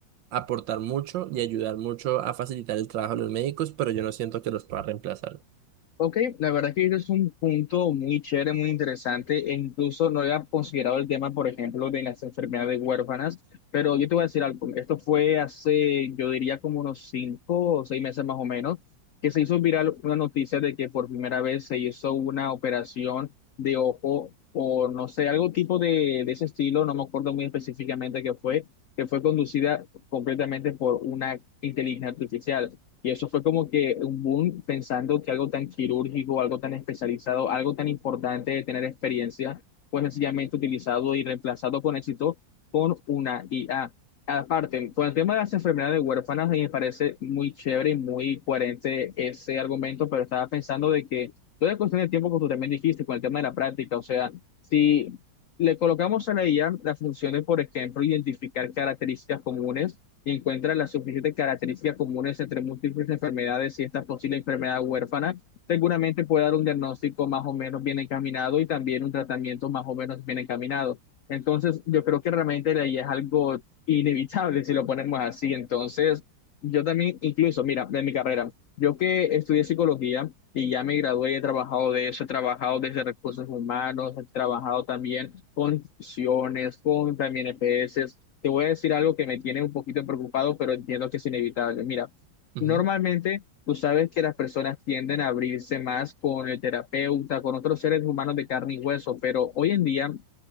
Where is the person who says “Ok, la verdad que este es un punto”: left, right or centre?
Left